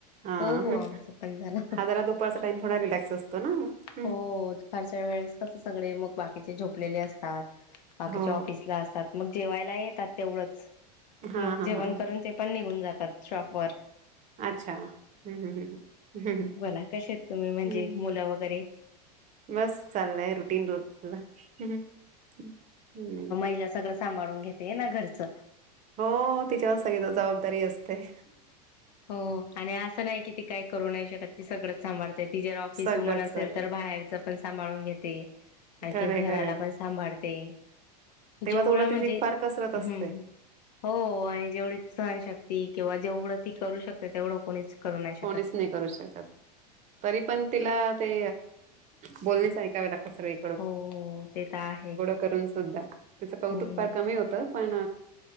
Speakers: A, on the right; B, on the left.
A: हा
B: हो हो
A: ह
B: आमचं पण झालं
A: जरा दुपारचा टाईम थोडा रिलॅक्स असतो ना हं.
B: हो दुपारच्या वेळेस कस सगळे मग बाकीचे झोपलेले असतात बाकीच्या
A: हो
B: ऑफिसला अस मग जेवायला येतात तेवढच
A: हा
B: मग जेवण
A: हा हा
B: करून ते पण निघून जातात शॉप वर
A: अच्छा हम् हम् हम् हम्
B: बोला कशेत तुम्ही म्हणजे
A: हम्म
B: मुलं वगैरे
A: बस चाललंय रुटीन रोजच हम्म
B: पिया सगळं सांभाळून घेते ना घरच
A: हो तिच्यावर सगळी जबाबदारी असते
B: हो आणि असं नाही कि ती काय करू नाही शकत ती सगळंच सांभाळते ती जर ऑफिस
A: सगळंच
B: वूमन असेल
A: सगळं
B: तर बाहेरच पण सांभाळून घेते आणखीन
A: खरंय
B: घराला
A: खरंय
B: पण सांभाळते
A: तेव्हा
B: जेवढं
A: तर उलट
B: म्हणजे
A: तुझी फार कसरत
B: हम्म
A: असते
B: हो आणि जेवढे सहन श ती किंवा जेवढं ती करू शकते तेवढं कोणीच करू नाही शकत
A: कोणीच नाही करू शकत तरी पण तिला ते बोलणेचं ऐकावे लागतात सगळे
B: हो ते तर आहे
A: करून सुद्धा तिच कौतुक
B: हम्म
A: फार कमी होत पण